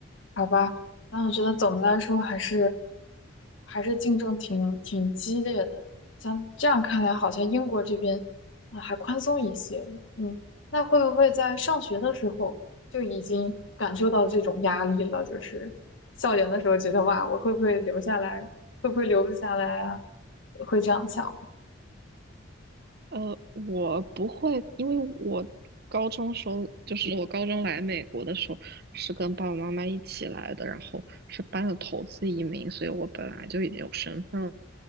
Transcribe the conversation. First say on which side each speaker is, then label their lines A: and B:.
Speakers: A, on the left; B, on the right.
A: 好吧，那我觉得总的来说还是还是竞争挺挺激烈的。像这样看来，好像英国这边啊、呃还宽松一些。嗯，那会不会在上学的时候就已经感受到这种压力了？就是校园的时候觉得哇，我会不会留下来？会不会留不下来啊？会这样想。
B: 呃，我不会，因为我高中时候就是我高中来美国的时候是跟爸爸妈妈一起来的，然后是办的投资移民，所以我本来就已经有身份了。